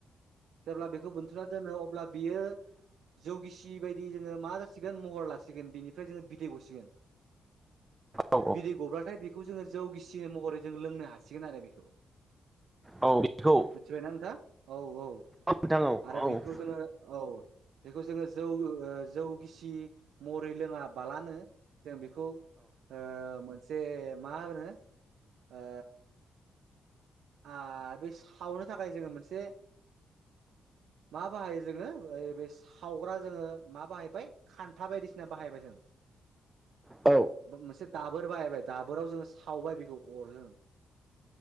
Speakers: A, on the right (about 80°); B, on the right (about 15°).
A: जेब्ला बेखौ बोनथुमुनानै दोनो अब्ला बियो जौगिसि बायदि जोङो मा जासिगोन महर लासिगोन बिनिफ्राय जोङो बिदै गसिगोन
B: औ
A: बिदै गब्लाथाय बेखौ जोङो जौ गिसि महरै जों लोंनो हासिगोन आरो बेखौ
B: औ बेखौ
A: मिथिबायना नोंथां। औ औ
B: नोंथां औ
A: आरो
B: औ
A: बेखौ
B: औ
A: जोङो औ बेखौ जोङो जौ ओ जौ गिसि मरै लोङाबालानो जों बेखौ‌ ओ मोन जे मा होनो ओ आ‌ बे सावनो थाखाय जोङो मोनसे मा बाहायो जोङो ओ बे सावग्रा जोङो मा बाहायबाय खान्था बायदिसिना बाहायबाय जों
B: औ
A: मोनसे दाबोर बाहायबाय दाबोराव जोङो सावबाय बेखौ अरजों